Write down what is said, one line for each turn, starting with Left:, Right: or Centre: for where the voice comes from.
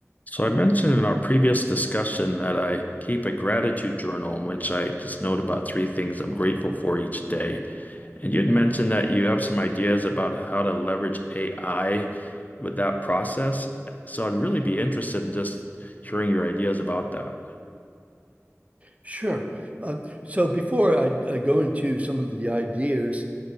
Left: So I mentioned in our previous discussion that I keep a gratitude journal in which I just note about three things I'm grateful for each day. And you had mentioned that you have some ideas about how to leverage AI with that process. So I'd really be interested in just hearing your ideas about that.
Right: Sure. Um, so before I, I go into some of the ideas,